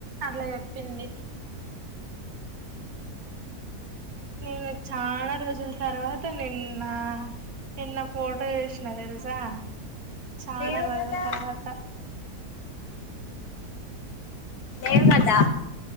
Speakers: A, on the right; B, on the left.
A: అట్లా చెప్పింది నేను చాలా రోజుల తర్వాత నిన్న నిన్న ఫోటో చేసినా తెలుసా చాలా
B: లేవు
A: రోజుల
B: కదా
A: తర్వాత
B: ఏం కాదా